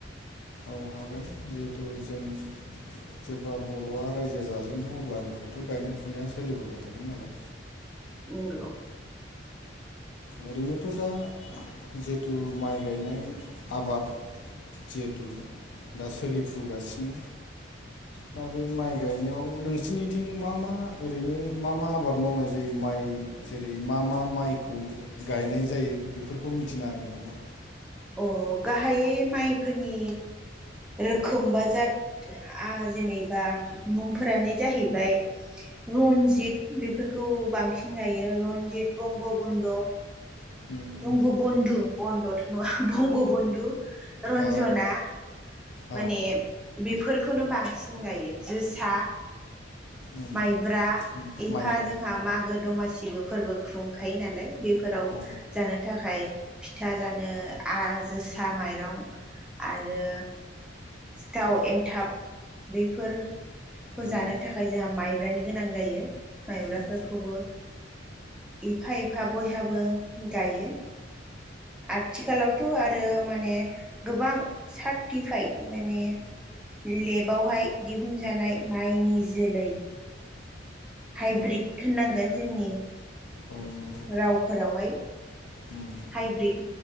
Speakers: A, on the left; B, in the centre.
A: औ हागोन जिहेथु जों जेब्ला बरआ रायजो जाजेनदों अब्लानिफ्रायथ गायनाय फुनाया सोलिबोबाय थादों नालाय
B: नंगौ
A: ओरैनोथ' दा जिथु माइ गायनाय आबाद जिहेथु दा सोलिफुगासिनो दा बे माइ गायनायाव नोंसोरनिथिं मा मा ओरैनो मा मा आबाद मावनाय जायो माइ जेरै मा मा माइखौ गायनाय जायो बेफोरखौ मिथिनो हागोन नामा?
B: अ गाहायै माइफोरनि रोखोम बा जा आं जेनेबा मुंफोरानो जाहैबाय- रनजित बेफोरखौ बांसिन गायो रनजित बंग बन्द
A: उम,
B: दंग बन्धु बन्द थ नङा बंग बन्धु रन्जना
A: औ
B: माने
A: औ,
B: बेफोरखौनो बांसिन गायो जोसा
A: उम,
B: माइब्रा
A: उम,
B: एफा
A: माइब्रा
B: जोंहा मागो दमासिबो फोरबो खुंखायो नालाय। बेफोराव
A: औ
B: जानो थाखाय फिथा जानो जोसा माइरं आरो सिथाव एन्थाब बेफोर खौ
A: उम,
B: जानो थाखाय जोंहा माइब्रानि गोनां जायो। माइब्राफोरखौबो
A: उम,
B: एफा एफा बयहाबो गायो। आथिखालावथ' आरो माने गोबां सार्टिफाइद माने लेबावहाय दिहुनजानाय माइनि जोलै हाइब्रिद
A: औ
B: होननांगोन जोंनि
A: औ नंगौ
B: रावफोरावहाय
A: उम,
B: हाइब्रिद